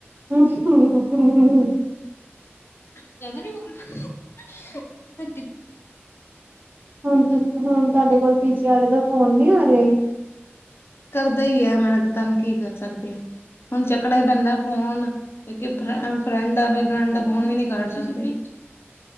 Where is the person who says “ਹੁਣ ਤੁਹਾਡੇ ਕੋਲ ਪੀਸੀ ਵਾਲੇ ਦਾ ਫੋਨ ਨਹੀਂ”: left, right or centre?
Right